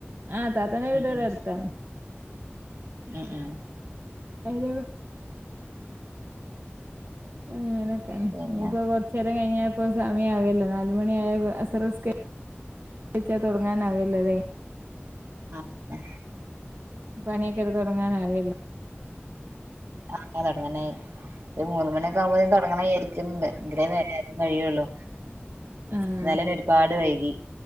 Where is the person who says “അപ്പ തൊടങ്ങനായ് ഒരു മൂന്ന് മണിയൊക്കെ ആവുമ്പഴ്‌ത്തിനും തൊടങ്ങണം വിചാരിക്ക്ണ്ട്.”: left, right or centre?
Right